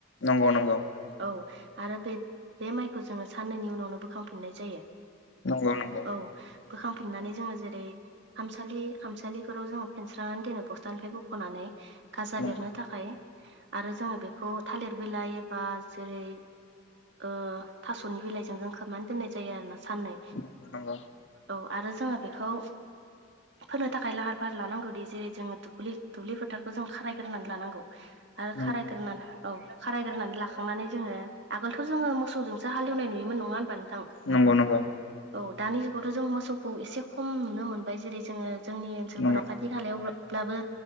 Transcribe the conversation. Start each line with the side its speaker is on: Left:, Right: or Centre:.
Left: नंगौ नंगौ
Right: औ आरो बे बे माइखौ जोंङो साननैनि उनावनो बोखांफिननाय जायो
Left: नंगौ नंगौ
Right: औ बोखांफिननानै जोंङो जेरै खामसालि खामसालिफोराव जोंङो फेनस्रनानै दोनो बस्थानिफ्राय बख'नानै गाजा
Left: नंगौ
Right: बेरनो थाखाय आरो जोंङो बेखौ थालिर बिलाइ एबा जेरै ओ थास'नि बिलाइजों जों खोमानो दोननाय जायो आरोना साननै
Left: नंगौ नंगौ
Right: औ आरो जोंङो बेखौ फोनो थाखाय लाहार फाहार लानांगौदि जेरै जों दुब्लि फोथारखौ जों खारायग्रोनानै लानांगौ आरो
Left: नंगौ
Right: खारायग्रनानै औ खारायग्रोनानै लाखांनानै जोंङो आगोलथ' जोंङो मोसौजोंसो हालेवनाय नुयोमोन नंङा होनबा नोंथां
Left: नंगौ नंगौ
Right: औ दानि जुगावथ' जों मोसखौ एसे खम नुनो मोनबाय जेरै जोंङो जोंनि ओनसोलफोराव
Left: नंगौ
Right: खाथि खालायाव ब्लाबो